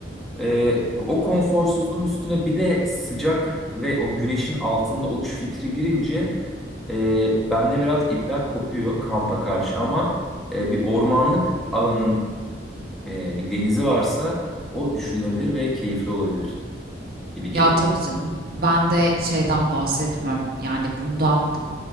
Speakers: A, in the centre; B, on the right (about 55°).
A: Ee, o konforsuzluğun üstüne bir de sıcak ve o güneşin altında oluş fikri girince e, bende biraz ipler kopuyor kampa karşı ama e, bir ormanlık alanın e, bir denizi varsa o düşünülebilir ve keyifli olabilir gibi geliyor.
B: Ya tabii canım. Ben de şeyden bahsetmiyorum. Yani bundan